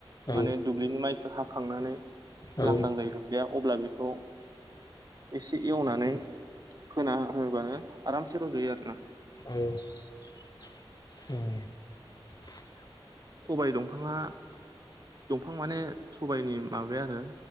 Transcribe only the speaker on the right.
माने
दुब्लिनि माइखौ हाखांनानै
लांदां जायो दुब्लियाव अब्ला बेखौ एसे एवनानै फोना होबानो आरामसे रजयो आरोना
सबाय दंफाङा दंफां माने सबायनि माबाया आरो